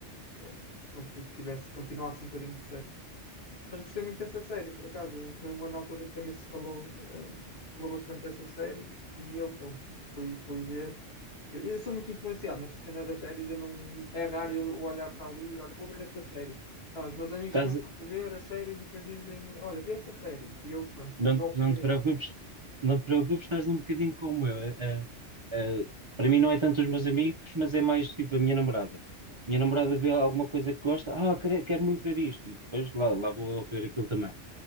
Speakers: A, on the left (about 55°); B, on the right (about 35°).
A: eh, com que tivesse, continuasse um bocadinho de sucesso. Mas gostei muito dessa série, por acaso. Foi uma na altura em que também se falou, eh, falou bastante dessa série e eu, pronto, fui, fui ver. Eu, eu sou muito influenciado nesta cena das séries, eu não, é raro eu olhar para ali e olha, vou ver esta série. Não, os meus amigos
B: Casa-
A: começam a ver as séries e depois dizem-me, olha, vê esta série. E eu, pronto,
B: Não,
A: dou a oportunidade.
B: não te preocupes, não te preocupes, estás um bocadinho como eu. Eh, eh, eh, para mim não é tanto os meus amigos, mas é mais tipo a minha namorada. Minha namorada vê alguma coisa que gosta, ah, quero, quero muito ver isto, e depois lá, lá vou eu ver aquilo também.